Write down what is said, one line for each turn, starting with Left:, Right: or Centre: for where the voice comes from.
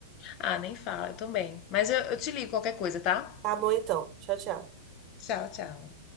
Left: Ah, nem fala, eu também. Mas eu, eu te ligo qualquer coisa, tá?
Right: Tá bom, então. Tchau, tchau.
Left: Tchau, tchau.